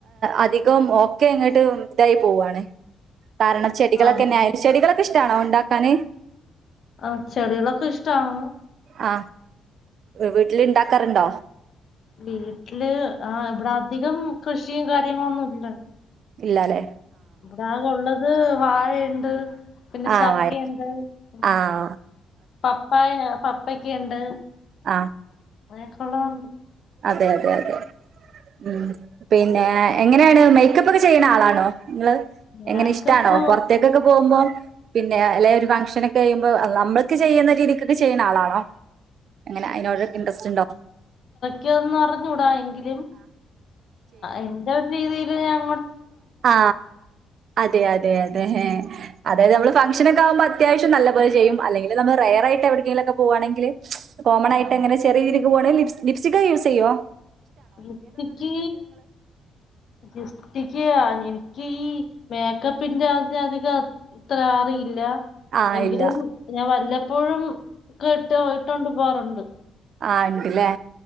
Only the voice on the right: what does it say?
അധികം ഓക്കെ ഇങ്ങട്ട് ഇതായി പോവാണേ കാരണം ചെടികളൊക്കെന്നെയാ
ചെടികളൊക്കിഷ്ടാണോ ഉണ്ടാക്കാന്
ആ വീട്ടില്ണ്ടാക്കാറുണ്ടോ
ഇല്ലാലെ
ആഹ്
വാഴ
ആഹ്
ആ
അതെ അതെ അതെ മം പിന്നെ എങ്ങനെയാണ് മേക്കപ്പൊക്കെ ചെയ്യണ ആളാണോ നിങ്ങള്
എങ്ങനെ ഇഷ്ടാണോ പൊറത്തേക്കൊക്കെ പോകുമ്പോ പിന്നെ അല്ലെ ഒരു ഫംഗ്ഷനൊക്കെയ്യുമ്പോ നമ്മൾക്ക് ചെയ്യുന്ന രീതിക്കൊക്കെ ചെയ്യുന്ന ആളാണോ അങ്ങനെ അയിനോടൊക്കെ ഇന്റെറസ്റ്റുണ്ടോ
ആ അതെ അതെ അതെ അതായത് നമ്മള് ഫങ്ങ് ഷനൊക്കാകുമ്പോ അത്യാവശ്യം നല്ല പോലെ ചെയ്യും അല്ലെങ്കില് നമ്മ റയറായിട്ടെവിടെക്കെങ്കിലൊക്കെ പോവാണെങ്കിൽ കോമൺ ആയിട്ടങ്ങനെ
ചെറിയ രീതിക്ക് പോവാണെൽ ലിപ്സ്റ്റിക്കൊക്കെ യൂസ് ചെയ്യുമോ
ആഹ്
ഇല്ല
ആ ഉണ്ട്ല്ലേ